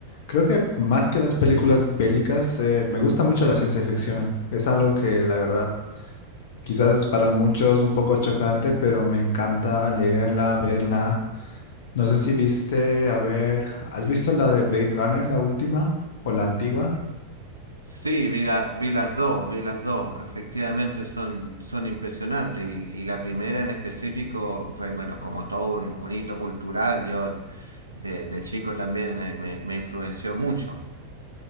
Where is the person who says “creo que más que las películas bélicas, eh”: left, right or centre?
Left